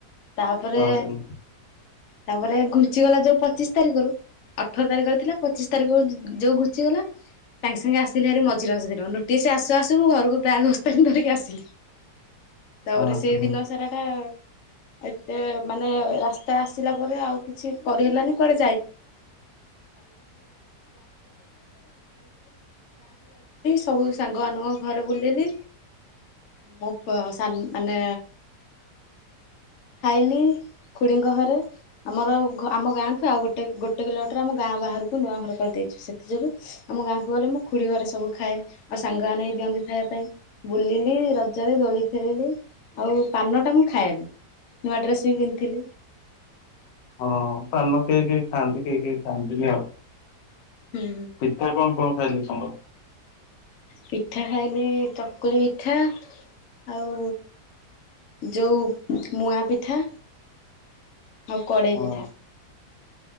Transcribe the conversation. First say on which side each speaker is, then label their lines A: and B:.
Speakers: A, on the left; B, on the left.
A: ତାପରେ
B: ହଁ ସାଙ୍ଗ
A: ତାପରେ, ଘୁଞ୍ଚିଗଲା ଯୋଉ ପଚିଶ ତାରିଖରୁ ଅଠର ତାରିଖରେ ଥିଲା ପଚିଶ ତାରିଖରୁ ଯୋଉ ଘୁଞ୍ଚିଗଲା, ସାଙ୍ଗେ ସାଙ୍ଗେ ଆସିଲି ଭାରି ମଝି ରଜ ଦିନ। ନୋଟ ସେ ଆସୁ ଆସୁ ମୁଁ ଘରକୁ ବ୍ୟାଗ୍ ବସ୍ତାନି ଧରିକି ଆସିଲି। ତାପରେ
B: ହଁ
A: ସେଇଦିନ
B: ସାଙ୍ଗ
A: ସାରାଟା ଆ ଏତେ ମାନେ ରାସ୍ତା ଆସିଲା ପରେ ଆଉ କିଛି କରିହେଲାନି। କୁଆଡେ? ସବୁ ସାଙ୍ଗମାନଙ୍କ ଘରେ ବୁଲିଲି, ମୋ ପ ସାନ ମାନେ ଖାଇଲି ଖୁଡ଼ିଙ୍କ ଘରେ, ଆମର ଆମ ଗାଁଠୁ ଆଉ ଗୋଟେ ଗୋଟେ କିଲୋମିଟର ଆମ ଗାଁ ବାହାରକୁ ନୂଆ କରିଦେଇଛୁ, ସେଥିଯୋଗୁଁ ଆମ ଗାଁକୁ ଗଲେ ମୁଁ ଖୁଡ଼ି ଘରେ ସବୁ ଖାଏ। ଆଉ ସାଙ୍ଗମାନେ ଦିଅନ୍ତି ଖାଇବା ପାଇଁ, ବୁଲିଲି ରଜରେ ଦୋଳି। ଖେଳିଲି ଆଉ ପାନଟା ମୁଁ ଖାଏନୀ ନୂଆ ଡ୍ରେସ୍ ବି ପିନ୍ଧଥିଲି।
B: ହଁ ପାନ, କେହି କେହି ଖାଆନ୍ତି କେହିକେହି ଖାଆନ୍ତିନି ଆଉ।
A: ହୁଁ,
B: ପିଠା କଣ କଣ ଖାଇଲୁ ସାଙ୍ଗ?
A: ପିଠା ଖାଇଲି ଚକୁଳି ପିଠା, ଆଉ ଯଉ ମୁଆଁ ପିଠା, ଆଉ କଡ଼େଇ
B: ହଁ
A: ପିଠା।